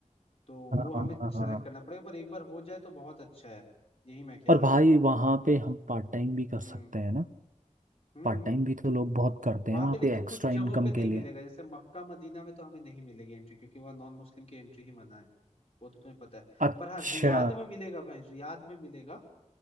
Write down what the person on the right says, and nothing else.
हाँ
हाँ हाँ हाँ
हाँ।
और
भाई
वहाँ पे हम पार्ट टाइम भी कर
सकते हैं ना
पार्ट टाइम भी तो लोग बहुत करते
हैं वहाँ
पे एक्स्ट्रा
इनकम
के लिए
अच्छा